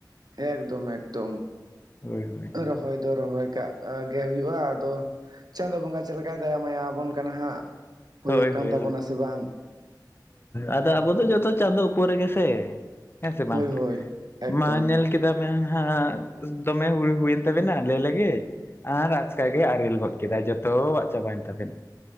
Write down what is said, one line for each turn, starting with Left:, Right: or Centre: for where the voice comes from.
Right: ᱮᱠᱫᱚᱢ-ᱮᱠᱫᱚᱢ᱾
Left: ᱦᱳᱭ ᱦᱳᱭ
Right: ᱨᱚᱦᱚᱭ ᱫᱚ ᱨᱚᱦᱚᱭ ᱠᱟᱜ ᱜᱮ ᱦᱩᱭᱩᱜᱼᱟ ᱟᱫᱚ ᱪᱟᱸᱫᱳ ᱵᱚᱸᱜᱟ ᱪᱮᱫ ᱞᱮᱠᱟᱭ ᱫᱟᱭᱟᱢ ᱢᱟᱭᱟ ᱟᱵᱚᱱ ᱠᱟᱱᱟ ᱦᱟᱸᱜ᱾ ᱦᱩᱭᱩᱜ
Left: ᱦᱳᱭ-ᱦᱳᱭ
Right: ᱠᱟᱱ ᱛᱟᱵᱚᱱᱟ ᱥᱮ ᱵᱟᱝ?
Left: ᱟᱫᱚ ᱟᱵᱚ ᱫᱚ ᱡᱷᱚᱛᱚ ᱪᱟᱸᱫᱳ ᱩᱯᱚᱨ ᱜᱮ ᱥᱮ᱾ ᱦᱮᱸ ᱥᱮ
Right: ᱦᱳᱭ
Left: ᱵᱟᱝ,
Right: ᱦᱳᱭ ᱮᱠᱫᱚᱢ
Left: ᱢᱟ ᱧᱮᱞ᱾ ᱠᱮᱫᱟ ᱵᱮᱱ ᱦᱟᱜ ᱫᱚ ᱢᱮ ᱦᱩᱲᱩ ᱦᱩᱭᱮᱱ ᱛᱟᱵᱮ ᱱᱟ ᱞᱮ ᱞᱮᱜᱮᱡ᱾ ᱟᱨ ᱟᱡᱠᱟ ᱜᱮ ᱟᱨᱮᱞ ᱜᱚᱫ ᱠᱮᱫᱟᱭ ᱡᱷᱚᱛᱚ ᱣᱟᱜ ᱪᱟᱵᱟᱭ ᱮᱱ ᱛᱟᱵᱮ ᱱᱟ᱾